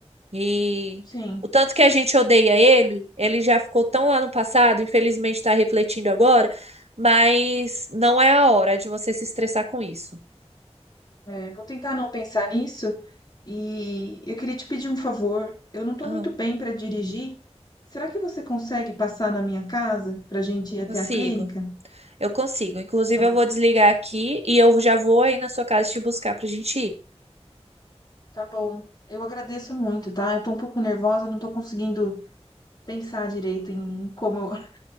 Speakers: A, on the right; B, on the left.
A: E
B: sim.
A: o tanto que a gente odeia ele, ele já ficou tão lá no passado, infelizmente está refletindo agora, mas não é a hora de você se estressar com isso.
B: É, vou tentar não pensar nisso. E eu queria te pedir um favor. Eu não estou
A: Ah,
B: muito bem para dirigir. Será que você consegue passar na minha casa para a gente ir até
A: consigo.
B: a clínica?
A: Eu consigo. Inclusive,
B: Tá,
A: eu vou desligar aqui e eu já vou aí na sua casa te buscar pra gente ir.
B: tá bom. Eu agradeço muito, tá? Eu tô um pouco nervosa, não estou conseguindo pensar direito em como eu <laughs>